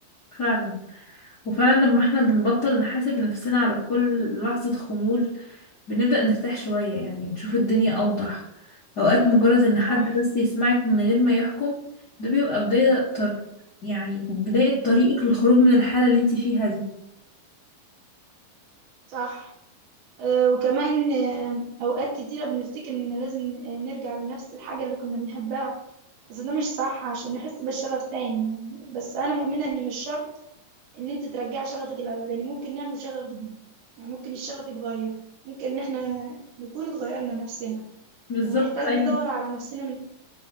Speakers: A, on the left; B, on the right.
A: فعلا وفعلا لما احنا بنبطل نحاسب نفسنا على كل لحظة خمول بنبدأ نرتاح شوية يعني ونشوف الدنيا أوضح أوقات مجرد إن حد
B: صح
A: بس يسمعك من غير ما يحكم ده بيبقى بداية طر... يعني بداية طريقك للخروج من الحالة اللي انت فيها دي
B: صح آه، وكمان آه، أوقات كتيرة بنفتكر إن لازم آه، نرجع لنفس الحاجة اللي كنا بنحبها بس ده مش صح عشان نحس بالشغف تاني يعني بس أنا مؤمنة إن مش شرط إن أنت ترجع شغفك الأولاني ممكن نعمل شغف جديد يعني ممكن الشغف يتغير ممكن إن إحنا نكون اتغيرنا نفسنا
A: بالظبط
B: ونحتاج
A: أيوة
B: ندور على نفسنا من